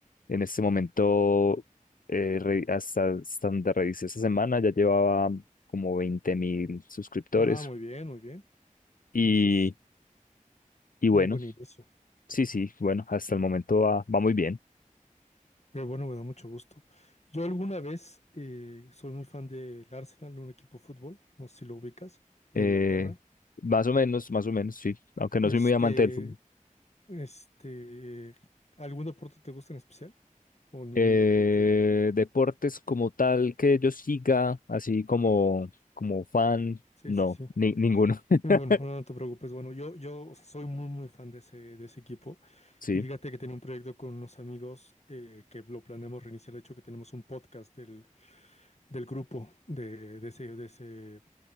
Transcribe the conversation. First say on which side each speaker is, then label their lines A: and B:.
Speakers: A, on the left; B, on the left.
A: en este momento, eh, re- hasta, hasta donde revisé esta semana, ya llevaba como veinte mil suscriptores.
B: Ah, muy bien, muy bien.
A: Y,
B: Eso es
A: y bueno,
B: muy buen inicio.
A: sí, sí, bueno, hasta el momento va, va muy bien.
B: Pero bueno, me da mucho gusto. Yo alguna vez eh, soy muy fan del Arsenal, un equipo de fútbol, no sé si lo ubicas, de
A: Eh,
B: Inglaterra.
A: más o menos, más o menos, sí, aunque
B: Este,
A: no soy muy amante del fútbol.
B: este, ¿algún deporte te gusta en especial? ¿O ningún
A: Eh,
B: deporte?
A: deportes como tal que yo siga, así como, como fan,
B: Sí,
A: no,
B: sí, sí.
A: ni- ninguno. <laughs>
B: Bueno, no, no te preocupes. Bueno, yo, yo o sea, soy muy, muy fan de ese, de ese equipo.
A: Sí,
B: Y fíjate que tenía un proyecto con unos amigos eh, que lo planeamos reiniciar. De hecho, que tenemos un podcast del, del grupo de, de ese, de ese,